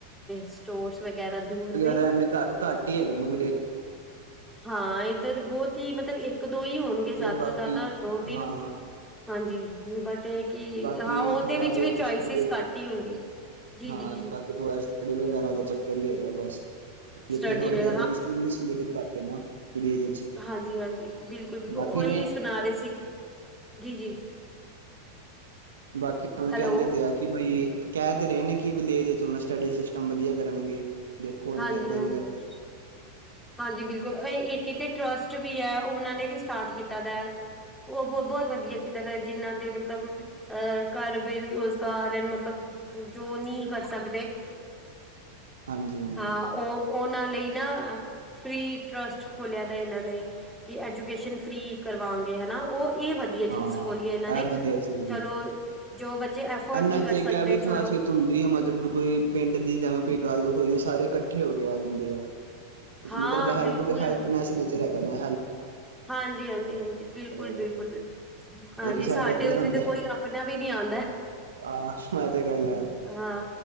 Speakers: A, in the centre; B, on the right.
A: ਸਟੋਰਸ ਵਗੈਰਾ ਦੂਰ
B: ਨੇ ਘਟ ਹੀ ਆਈ ਉਹਨੂੰ <inaudible>
A: ਹਾਂ, ਇੱਧਰ ਬਹੁਤ ਹੀ ਮਤਲਬ ਇੱਕ ਦੋ ਹੀ ਹੋਣਗੇ, ਜ਼ਿਆਦਾ
B: ਤੇ ਬਾਕੀ
A: ਤੋਂ ਜ਼ਿਆਦਾ ਦੋ ਤਿੰਨ
B: ਹਾਂ
A: ਹਾਂਜੀ ਬਟ ਤੇ ਕੀ
B: ਬਾਕੀ
A: ਹਾਂ, ਉਹਦੇ
B: ਥੋੜਾ
A: ਵਿਚ
B: ਬਹੁਤ
A: ਵੀ ਚੋਇਸਿਸ
B: ਸਟੱਡੀ
A: ਘੱਟ ਹੀ ਹੁੰਦੀ ਆ, ਜੀ-ਜੀ
B: ਹਾਂ ਬਾਕੀ ਥੋੜਾ ਵਗੈਰਾ ਦਾ ਚੱਕਰ ਹੀ ਹੈਗਾ ਬਸ,
A: ਸਟੱਡੀ
B: ਇੱਥੇ ਥੋੜੇ
A: ਵੇ
B: ਜਿਆਦਾ ਇੰਗਲਿਸ਼ ਮੀਡੀਅਮ ਘੱਟ ਐ ਨਾ। ਵਿਲੇਜ ਵਿੱਚ
A: ਹਾਂਜੀ-ਹਾਂਜੀ, ਬਿਲਕੁਲ-ਬਿਲਕੁਲ,
B: ਬਾਕੀ
A: ਉਹੀ
B: ਨਹੀਂ
A: ਸੁਣਾ ਰਹੇ ਸੀ, ਜੀ-ਜੀ
B: ਬਾਕੀ ਹੁਣ
A: ਹੈਲੋ
B: ਕਹਿੰਦੇ ਤੇ ਆ ਕਿ ਬਈ ਕਹਿ ਤੇ ਰਹੇ ਨੇ, ਕਿ ਵਲੇੇਜ਼ ਚ ਹੁਣ ਸਟੱਡੀ ਸਿਸਟਮ ਵਧੀਆ ਕਰਨਗੇ। ਦੇਖੋ ਹੁਣ
A: ਹਾਂਜੀ
B: ਕਰਦੇ
A: ਹਾਂਜੀ
B: ਨੀ ਕਰਦੇ।
A: ਹਾਂਜੀ ਹਾਂਜੀ ਬਿਲਕੁਲ, ਇੱਕ ਇਥੇ ਟਰੱਸਟ ਵੀ ਐ, ਉਹਨਾ ਨੇ ਵੀ ਸਟਾਰਟ ਕੀਤਾ ਦਾ। ਉਹ ਬਹੁਤ- ਬਹੁਤ ਵਧੀਆ, ਕਿ ਕੀਤਾ ਦਾ ਜਿੰਨਾਂ ਦੇ ਮਤਲਬ ਅਹ ਘਰ ਬੇਰੁਜ਼ਗਾਰ ਐ, ਮਤਲਬ ਜੋ ਨਹੀਂ ਕਰ ਸਕਦੇ।
B: <unintelligible> ਹਾਂਜੀ-ਹਾਂਜੀ
A: ਹਾਂ, ਉਹ ਉਹਨਾਂ ਲਈ ਨਾ ਫ੍ਰੀ ਟਰਸਟ ਖੋਲਿਆ ਦਾ ਇਹਨਾਂ ਨੇ। ਕਿ ਐਜੂਕੇਸ਼ਨ ਫਰੀ ਕਰਵਾਣਗੇ ਹਨਾ, ਉਹ ਇਹ ਵਧ ਵਧੀਆ ਚੀਜ਼
B: ਹਾਂ
A: ਖੋਲੀ ਏ ਇਹਨਾਂ ਨੇ,
B: ਇਹ ਵਧੀਆ ਚੀਜ਼
A: ਚਲੋ
B: ਹੈ।
A: ਜੋ ਬੱਚੇ ਐਫਰਡ
B: ਇਹਨਾਂ
A: ਨਹੀਂ ਕਰ
B: ਚ ਇੱਕ
A: ਸਕਦੇ,
B: ਇਹ ਵੀ
A: ਚਲੋ
B: ਖ਼ਾਸੀਅਤ ਹੁੰਦੀ ਆ, ਮਤਲਬ ਕੋਈ ਪਿੰਡ ਦੀ ਜਿਵੇ ਕੋਈ ਗੱਲ ਹੋਈ ਐ, ਸਾਰੇ ਇਕੱਠੇ ਹੋ ਕੇ ਆ ਜਾਂਦੇ ਆ। ਇਸ
A: ਹਾਂ
B: ਮਤਲਬ ਹੈਲਪ
A: ਬਿਲਕੁਲ
B: ਹੈਲਪਨੈਸ ਨੇਚਰ ਹੈਗਾ ਹਨਾ।
A: ਹਾਂਜੀ-ਹਾਂਜੀ-ਹਾਂਜੀ, ਬਿਲਕੁਲ-ਬਿਲਕੁਲ-ਬਿਲਕੁਲ,
B: ਦਾ।
A: ਹਾਂਜੀ
B: ਇੱਕ
A: ਸਾਡੇ
B: ਇੱਧਰ
A: ਉੱਥੇ
B: ਹੁੰਦਾ
A: ਤਾਂ ਕੋਈ ਆਪਣਾ ਵੀ ਨੀ ਆਂ
B: ਆ ਮੈਂ ਤੇ ਗੱਲ ਹੈ
A: ਹਾਂ